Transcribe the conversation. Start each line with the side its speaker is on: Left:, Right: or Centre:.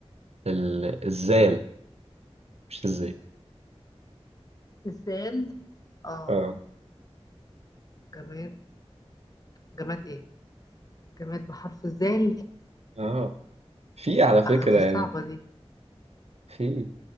Right: ال- الزال مش الزين
Left: الزال اه
Right: اه
Left: جماد جماد ايه جماد بحرف الزال
Right: اه في على فكرة
Left: آه دي
Right: يعني
Left: صعبة دي
Right: في